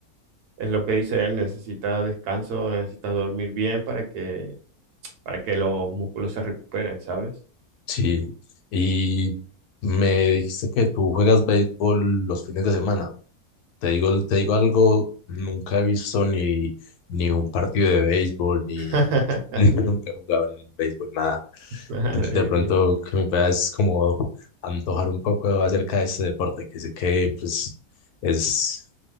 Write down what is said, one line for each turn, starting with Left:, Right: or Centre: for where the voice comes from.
Right: Es lo que dice él, necesita descanso, necesita dormir bien para que, para que los músculos se recuperen, ¿sabes?
Left: sí, y me dijiste que tú juegas béisbol los fines de semana. Te digo, te digo algo, nunca he visto ni, ni un partido de béisbol, ni,
Right: <laughs>
Left: <laughs> ni nunca he jugado en béisbol, nada.
Right: Madre
Left: De pronto
Right: mía.
Left: que me veas como antojar un poco acerca de este deporte, que sé que pues es